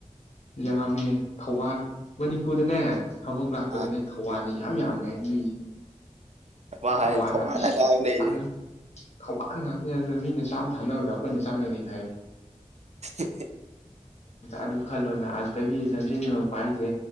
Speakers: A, on the left; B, on the right.
A: ꯌꯥꯝꯃꯦ ꯊꯧꯕꯥꯜ ꯃꯅꯤꯄꯨꯔꯗꯅꯦ ꯊꯕꯛ ꯂꯥꯛꯄꯗꯅꯦ
B: ꯑ
A: ꯊꯧꯕꯥꯜꯅꯤ ꯌꯥꯝ ꯌꯥꯝꯃꯦ ꯃꯤ
B: ꯃꯥ ꯍꯥꯏꯔꯦ
A: ꯊꯧꯕꯥꯜꯅ
B: ꯊꯧꯕꯥꯜꯗ
A: ꯏꯁ
B: ꯉꯥꯛ ꯂꯩꯔꯦ
A: ꯑꯗꯨ ꯊꯧꯕꯥꯜ ꯉꯥꯛꯇꯅꯤ ꯑꯗꯨꯅ ꯃꯤꯅ ꯆꯥꯝꯃ ꯊꯥꯅꯕꯗ ꯑꯩꯈꯣꯏꯅ ꯆꯥꯝ ꯌꯥꯡꯈꯩ ꯊꯥꯏ
B: <unintelligible>
A: ꯑꯗꯨ ꯈꯜꯂꯣꯅ ꯑꯗꯨꯗꯒꯤ ꯂꯝꯖꯦꯟ ꯉꯔꯛꯄ ꯍꯥꯏꯁꯦ